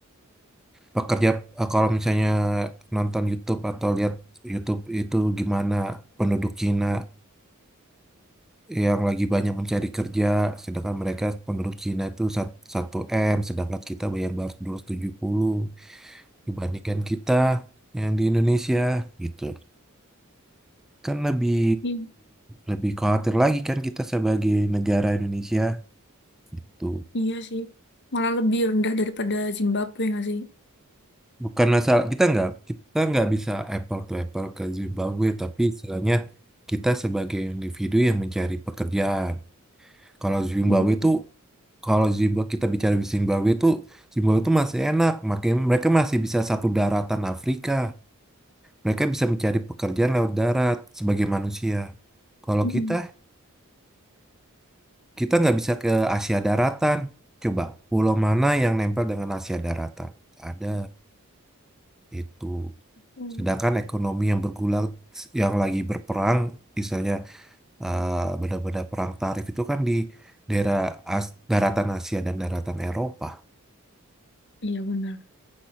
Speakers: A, in the centre; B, on the left.
A: pekerja eh, kalau misalnya nonton YouTube atau lihat YouTube itu gimana penduduk Cina yang lagi banyak mencari kerja sedangkan mereka penduduk Cina itu sat- 1M sedangkan kita yang baru 270 dibandingkan kita yang di Indonesia gitu. Kan lebih
B: hmm.
A: lebih khawatir lagi kan kita sebagai negara Indonesia gitu.
B: Iya sih. Malah lebih rendah daripada Zimbabwe nggak sih?
A: Bukan masalah kita nggak kita nggak bisa apple to apple ke Zimbabwe, tapi istilahnya kita sebagai individu yang mencari pekerjaan. Kalau Zimbabwe
B: Mhm.
A: itu kalau Zimbabwe kita bicara di Zimbabwe itu Zimbabwe itu masih enak, makanya mereka masih bisa satu daratan Afrika. Mereka bisa mencari pekerjaan lewat darat sebagai manusia. Kalau
B: Mm-mm.
A: kita Kita nggak bisa ke Asia daratan. Coba, pulau mana yang nempel dengan Asia daratan? Nggak Ada itu.
B: Hmm.
A: Sedangkan ekonomi yang bergulat, yang lagi berperang, misalnya eh, benda-benda perang tarif itu kan di daerah As- daratan Asia dan daratan Eropa.
B: Iya benar.